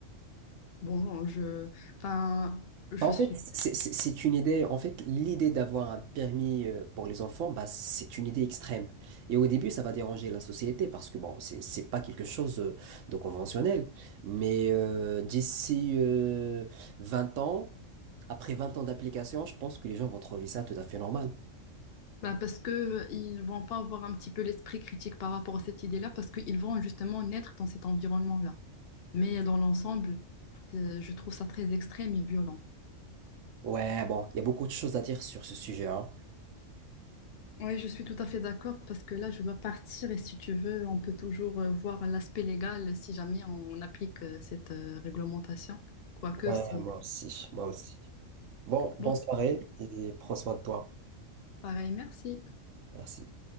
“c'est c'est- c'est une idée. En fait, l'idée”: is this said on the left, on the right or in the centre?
Right